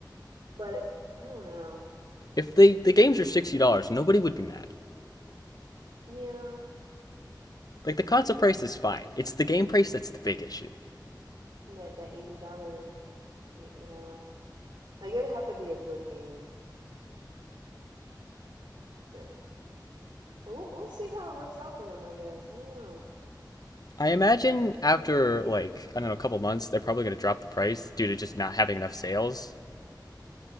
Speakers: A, on the right; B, on the left.
A: but I don't know.
B: If they the games are $60, nobody would be mad.
A: Yeah,
B: Like the console price is fine. It's the game price that's the big issue.
A: that that eighty dollar game. Yeah, like it'd have to be a good game to But we'll, we'll see how it works out for them, I guess. I don't know.
B: I imagine after like I don't know a couple months, they're probably going to drop the price due to just not having enough sales